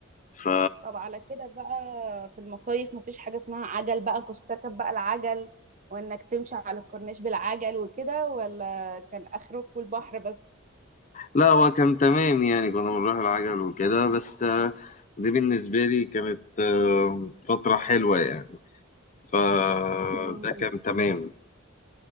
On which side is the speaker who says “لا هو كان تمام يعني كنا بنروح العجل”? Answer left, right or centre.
Left